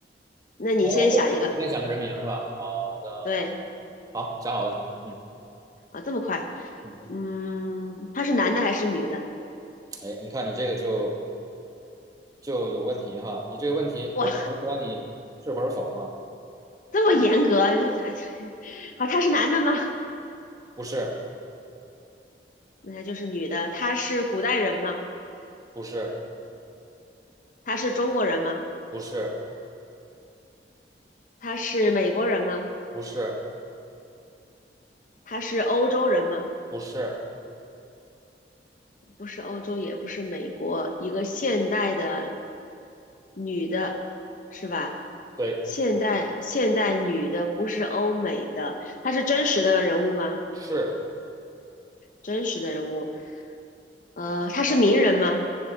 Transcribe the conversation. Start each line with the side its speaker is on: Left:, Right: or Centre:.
Left: 那你先想一个，
Right: 来我先想个人名是吧？好的。
Left: 对，
Right: 好，讲好了。嗯
Left: 啊，这么快，
Right: 嗯，
Left: 嗯，他是男的还是女的？
Right: 哎，你看你这个就就有问题哈。你这个问题，
Left: 哇，
Right: 我只能回答你是或者否哈。
Left: 这么严格，<laughs> 好，他是男的吗？<laughs>
Right: 不是，
Left: 那他就是女的，他是古代人吗？
Right: 不是，
Left: 他是中国人吗？
Right: 不是，
Left: 他是美国人吗？
Right: 不是，
Left: 他是欧洲人吗？
Right: 不是，
Left: 不是欧洲，也不是美国，一个现代的女的，是吧？
Right: 对，
Left: 现代现代女的，不是欧美的，她是真实的人物吗？
Right: 是，
Left: 真实的人物，呃，她是名人吗？